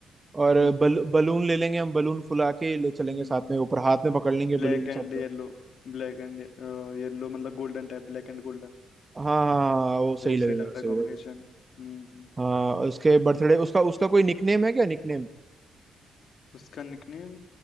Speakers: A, on the right (about 20°); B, on the left (about 70°).
A: और
B: हम्म
A: बल, बलून ले लेंगे हम बलून फुला के ले चलेंगे
B: हम्म
A: साथ में ऊपर हाथ में पकड़ लेंगे
B: Black
A: बलून
B: and
A: सब
B: yellow
A: लोग
B: Black and yellow मतलब golden type black and golden
A: हाँ हाँ हाँ हाँ, वो सही
B: बहुत
A: लगेगा
B: सही लगता
A: सही
B: है कॉम्बिनेशन
A: लगेगा
B: हम्म
A: हाँ उसके बर्थडे उसका उसका कोई निकनेम है क्या निकनेम
B: उसका निकनेम